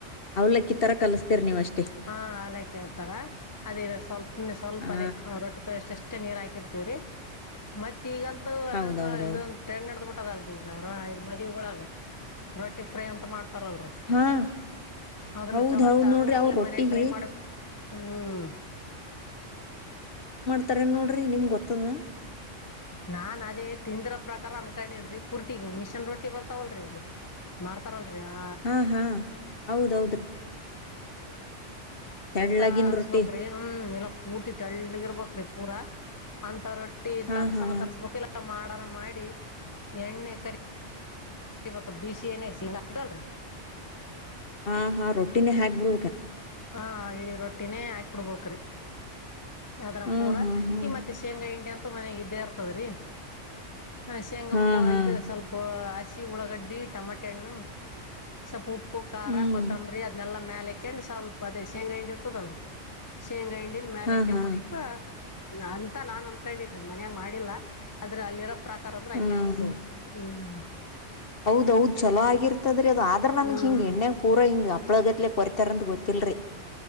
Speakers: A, on the left; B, on the left.
A: ಅವಲಕ್ಕಿ. ತರ ಕಲಸ್ತೀರಿ ನೀವುಷ್ಟೇ.
B: ಹಾ ಅವಲ ಕೇಳ್ತಾರ ಅದೇ ಸ್ವಲ್ಪೆ ಸ್ವಲ್ಪ
A: ಹಾ
B: ಅದೇ ರೊಟ್ಟಿ ತೊಷ್ಟ ಎಷ್ಟೇ ನೀರ್ ಹಾಕಿರ್ತ. ರಿ ಮತ್ತ ಈಗಂತ ಅದಂತ
A: ಹೌದೌದೌದು
B: ಇದ ತೆ ನಡದ ಬಿಿಟ್ಟ. ದಲ್ೀ ಈಗ ಮದಗಳಾಗ ರೊಟ್ಟಿ ಫ್ರೈ ಅಂತ ಮಾಡ್ತ. ತರಲ್ರಿ
A: ಹಾ
B: ಅದನ್ನು
A: ಹೌದ್
B: ಚಲೋ
A: ಹೌದ್
B: ಆತ್ತ
A: ನೋಡ್ರಿ
B: ಅದ.
A: ಅವ್ರ
B: ಅಲ
A: ರೊಟ್ಟಿಗೆ
B: ಮನ ಟ್ರೈ ಮಾಡ ಹ್ಮ್
A: ಈ ಥರ ನೋಡ್ರಿ ನಿಮ್ಗೆ ಗೊತ್ತದ
B: ನಾನ್ ಅದೇ ತಿಂದಿ್ರ ಪ್ರಕಾರ ಅನ್ಕಣೇನ್ೀ ಪೂರ್ತಿಗ್ ಮಿಷನ್ ರೊಟ್ಟಿ ಬರ್ತಾವಲ್ರೀ ಇವ ಮಾಡ್ತಾರಲ್ರಿ ಆ
A: ಹಾ ಹಾ ಹೌದೌದ್ರಿ ತೆಳ್ಳಗಿನ್
B: ಅಂತರ್ಸ್ಬ್ರಿ
A: ರೊಟ್ಟಿ
B: ಹ ಇಲ್ಲ ಪೂರ್ತಿ ಟಳ್ಳ ಇರ್ಬಕ್ಿ ಪೂರಾ ಅಂತಾರ ತ್ತ
A: ಹಾ
B: ತರ್ಸನ
A: ಹಾ
B: ತರ್ಸ್ಕಕೆಲ್ಲ ಮಾಡನ ಮಾಡಿ ಎಣ್ಣೆ ಕರಿ ಇವ ಬಿಸಿ ಏನಡಲ್ರಿ
A: ಹಾ ಹಾ ರೊಟ್ಟಿನೇ ಹಾಕ್ಬು
B: ಹಾ ಇಡೀ ರೊಟ್ಟಿನೇ ಹ ಆಾಕ್ಬಿಡ್ಬಕ್್ರಿ ಅದ್ರ
A: ಹ್ಮ್
B: ಪೂರಾ
A: ಹ್ಮ್ ಹ್ಮ್
B: ಈ ಮತ್ತೆ ಶೇಂಗಾ ಹಿಂಡಿ ಅಂತೂ ಮನೆಯಾಗ ಇದೇ ಇರ್ತದ್ರಿ ಹ ಶೇಂಗಪ್ಪು
A: ಹಾ ಹಾ
B: ಇದು ಸ್ವಲ್ಪ ಹಸಿ ಉಳ್ಳಾಗಡ್ಡಿ ಟೊಮಾಟೆ ಹಣ್ಣು ಸ್ವಪ ಉಪ್ಪ ಪ್ಪು ಖಾರ
A: ಹ್ಮ್
B: ಕೊತ್ತಂಬರಿ ಅದ್ನೆಲ್ಲ ಮೇಲೆಕಂಡ್ ಸ್ವಲ್ಪ ಅದೇ ಶೇಂಗ ಹಂಡಿ ಇರ್ತದಲ್ರೀ ಶೇಂಗ ಹಿ ಮೇಲೆ
A: ಹಾ
B: ಕೆಟ್ಟ
A: ಹಾ
B: ಅಂತ ನಾನ್ ಅನ್ಕೊಂಡಿದ್ರಿ ಮನ ಮಾಡಿಲ್ಲ ಆದ್ರೆ ಅಲ್ಲಿರ ಪ್ರಾಕಾರ ಅಂದ್ರೆ
A: ಹ್ಮ್
B: ಹಂಗಗೆ ಅನ್ತು ಹ್ಮ್
A: ಹೌದೌದ್ ಚಲ ಆಗಿರ್ತದ್ರೀ ಅದು ಆದ್ರ ನಮಗ್
B: ಹ್ಮ್
A: ಹಿಂಗ ಎಣ್ಣೆಗ್ ಪೂರಾ ಹಂಗ ಹಪ್ಳಗತ್ಲೆ ಹೊರಿತಾರಂದು ಗೊತ್ತಿಲ್ಲರಿ